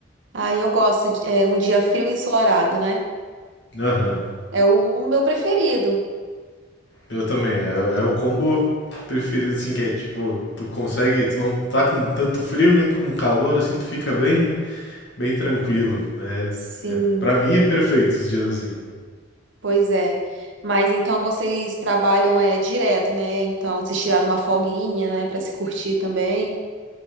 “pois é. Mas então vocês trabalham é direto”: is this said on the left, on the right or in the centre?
Right